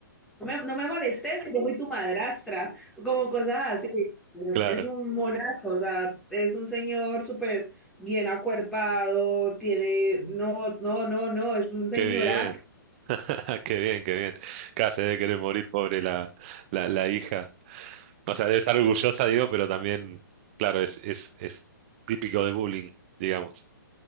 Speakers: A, in the centre; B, on the right.
A: No me, no me molestes, que yo soy tu madrastra, o como cosas así. Pero
B: claro.
A: es que es un monazo, o sea, es un señor súper bien acuerpado, tiene, no, no, no, no, es un señorazo.
B: Qué bien, <laughs> qué bien, qué bien. Casi debe querer morir, pobre la, la, la hija. O sea, debe estar orgullosa, digo, pero también, claro, es, es, es típico de bullying, digamos.